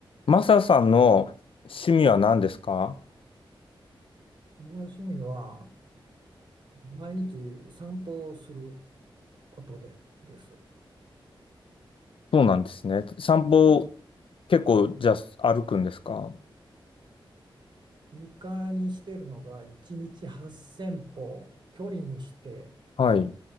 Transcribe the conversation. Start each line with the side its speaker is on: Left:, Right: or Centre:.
Left: マサさんの趣味は何ですか
Right: 僕の趣味は毎日散歩をすることで、です。
Left: そうなんですね。散歩、結構、じゃあ歩くんですか
Right: 日課にしてるのが1日8000歩、距離にして
Left: はい。